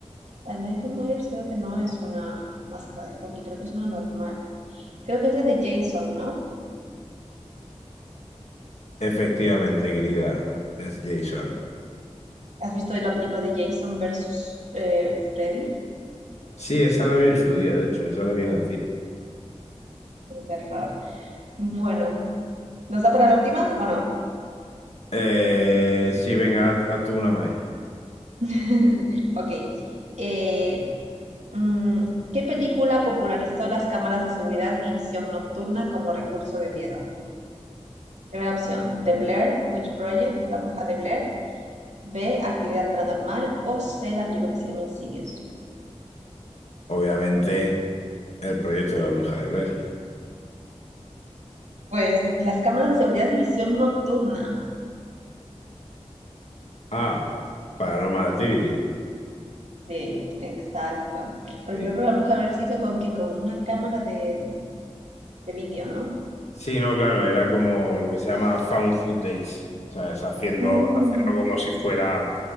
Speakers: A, on the right; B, on the left.
A: La de Michael Myers creo que no es una máscara de hockey, creo que es una normal. Creo que es la de Jason, ¿no?
B: Efectivamente, querida, es Jason.
A: ¿Has visto la película de Jason versus eh, Freddy?
B: Sí, esa la vi en su día, de hecho, esa la vi en el cine.
A: Qué terror. Bueno, ¿nos da para la última o no?
B: Eh, sí, venga, haz, haz tú una más.
A: <laughs> Ok. eh, mm, ¿qué película popularizó las cámaras de seguridad y visión nocturna como recurso de miedo? Primera opción, The Blair Witch Project, La Bruja de Blair. B, Actividad Paranormal. O C, la película que se llama Insidious.
B: Obviamente, el proyecto de la bruja de Blair.
A: Pues las cámaras de seguridad y visión nocturna.
B: Ah, Paranormal Activity.
A: Sí, exacto. Porque
B: Sí.
A: creo que la Bruja de Blair se hizo con que con una cámara de, de vídeo, ¿no?
B: Sí, no, claro, era como lo que se llama found footage. O sea, es haciendo,
A: Mm,
B: haciendo como si fuera,